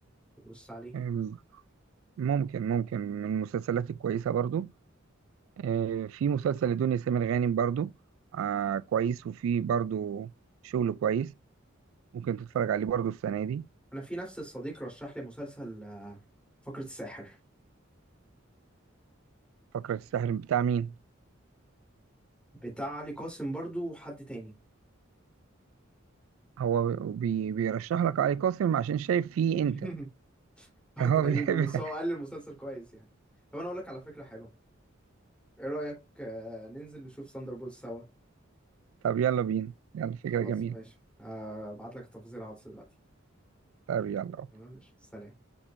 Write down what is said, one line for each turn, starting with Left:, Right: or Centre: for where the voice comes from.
Centre: بص عليه
Right: آه ممكن ممكن من المسلسلات الكويسة برضه آه في مسلسل لدنيا سمير غانم برضه آه كويس وفي برضه شغل كويس ممكن تتفرج عليه برضه السنة دي
Centre: أنا في نفس الصديق رشح لي مسلسل آه، فقرة الساحر
Right: فقرة السحر بتاع مين؟
Centre: بتاع علي قاسم برضو وحد تاني
Right: هو بي بيرشح لك علي قاسم عشان شايف فيه
Centre: <laughs>
Right: انت
Centre: اه
Right: فهو
Centre: تقريبا
Right: بيحب
Centre: بس هو قال لي المسلسل كويس يعني طب انا اقول لك على فكرة حلوة ايه رأيك آه، ننزل نشوف ساندر بولز سوا
Right: <laughs> طب يلا بينا يلا فكرة
Centre: خلاص
Right: جميلة
Centre: ماشي آه، ابعت لك التفاصيل على الواتس دلوقتي
Right: طب يلا
Centre: تمام؟ ماشي سلام